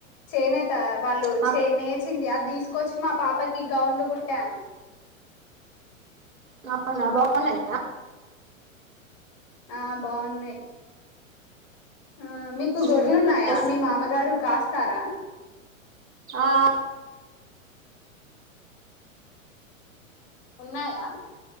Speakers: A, on the left (about 40°); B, on the right (about 75°).
A: చేనేత వాళ్ళు
B: ఆ
A: చే నేచింది. అది తీసుకు కోచ్చి మా పాపకి గౌన్లు కుట్టాను.
B: అవునా బాగున్నాయ
A: అ బాగున్నాయ్. ఆ మీకు గొర్రెలున్నాయా,
B: ఉమ్ డ్రెస్
A: మీ మామగారు కాస్తారా
B: ఆ
A: ఉన్నయా